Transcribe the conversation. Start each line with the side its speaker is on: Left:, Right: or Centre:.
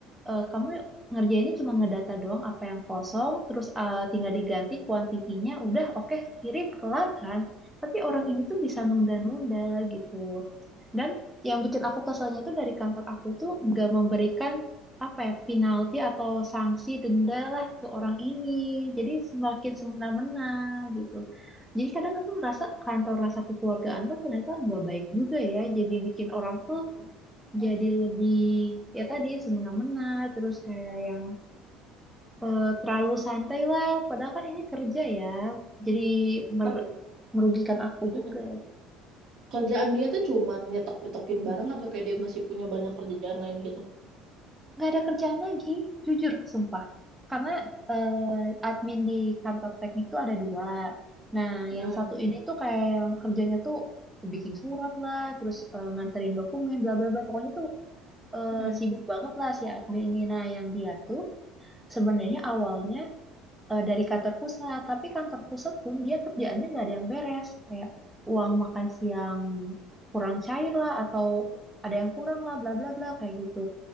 Centre: eh, kamu ngerjainnya cuma ngedata doang apa yang kosong, terus eh, tinggal diganti kuantitinya, udah oke kirim kelar kan. Tapi orang ini tuh bisa
Right: Mhm.
Centre: nunda-nunda gitu. Dan yang bikin aku keselnya tuh dari kantor aku tuh nggak memberikan apa ya penalti atau sanksi denda lah ke orang ini jadi semakin semena-mena gitu jadi kadang aku merasa kantor rasa kekeluargaan tuh ternyata nggak baik juga ya jadi bikin orang tuh
Right: Mhm.
Centre: jadi lebih ya tadi semena-mena terus kayak yang eh, terlalu santai lah padahal kan ini kerja ya jadi mer-
Right: Tapi
Centre: merugikan aku
Right: Mhm.
Centre: juga
Right: kerjaan dia tuh cuman nyetok-nyetokin barang atau kayak dia masih punya banyak kerjaan lain gitu.
Centre: nggak ada kerjaan lagi, jujur, sumpah. Karena eh, admin di kantor teknik tuh ada dua. Nah,
Right: Mhm.
Centre: yang satu ini tuh kayak yang kerjanya tuh bikin surat lah, terus eh, nganterin dokumen, bla bla bla. Pokoknya tuh eh,
Right: Mhm.
Centre: sibuk banget lah si admin ini. Nah, yang dia tuh sebenarnya awalnya eh, dari kantor pusat, tapi kantor pusat pun dia kerjaannya nggak ada yang beres. Kayak uang makan siang kurang cair lah, atau ada yang kurang lah, bla bla bla kayak gitu.